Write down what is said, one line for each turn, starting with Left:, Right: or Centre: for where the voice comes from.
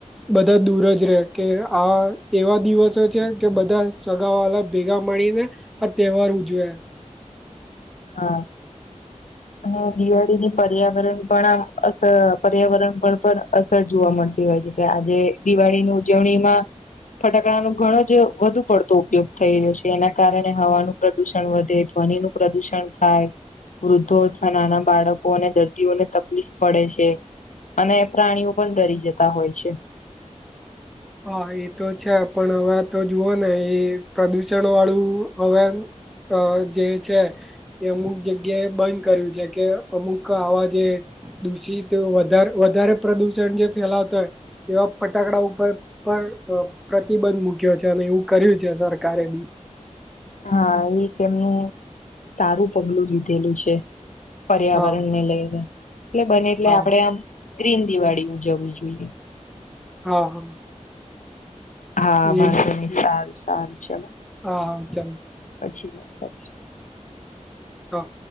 Centre: બધા દૂર જ રે કે આ એવા દિવસો છે કે બધા સગા વાલા ભેગા માણી ને આ તહેવાર ઉજવે.
Left: હા. અને દિવાળીની પર્યાવરણ પણ આમ અશ પર્યાવરણ પર પણ અસ સર જોવા મળતી હોય છે કે આજે દિવાળીની ઉજવણીમાં ફટાકડા નું ઘણો જ વધુ પડતો ઉપયોગ થઈ રહ્યો છે એના કારણે હવાનું પ્રદુષણ વધે પાણીનું પ્રદુષ સ્તન થાય. વૃદ્ધો અથવા નાના બાળકો અને દર્દીઓને તકલીફ પડે છે. અને પ્રાણીઓ પણ ડરી જતા હોય છે.
Centre: હા એ તો છે પણ હવે તો જુઓ ને એ પ્રદુષણ વાળું હવે અહ જે છે એ અમુક જગ્યાએ બંધ કર્યું છે કે અમુક આવા જે દૂષિતો વધાર વધારે પ્રદુષણ જે ફેલાવતા હોય એવા ફટાકડા ઉપર પર અહ પ્રતિબંધ મુૂક્યો છે અને એવું કર્યું છે સરકારે બી.
Left: હા, એક એમનું સારું પગલું લીધેલું છે. પર્યાવરણ
Centre: હા
Left: ને લઈને એટલે બને એટલે
Centre: હા
Left: આપડે આમ ગ્રીન દિવાળી ઉજવવી જોઈએ.
Centre: હા હા
Left: હા હા
Centre: એ
Left: નહીં સારું સારું ચલો.
Centre: હા હા ચાલો.
Left: પછી વાત કરીશ.
Centre: હા.